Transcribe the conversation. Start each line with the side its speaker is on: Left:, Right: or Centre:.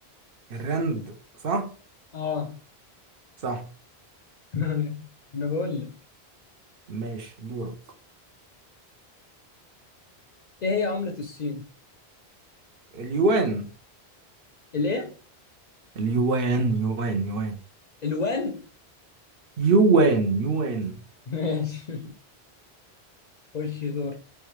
Right: الرند صح
Left: اه
Right: صح
Left: <laughs> انا بقول لك
Right: ماشي دورك
Left: ايه هي عملة الصين؟
Right: اليوان
Left: الايه؟
Right: اليوان يوان يوان
Left: الوان؟
Right: يوان يوان
Left: ماشي <laughs> خش دور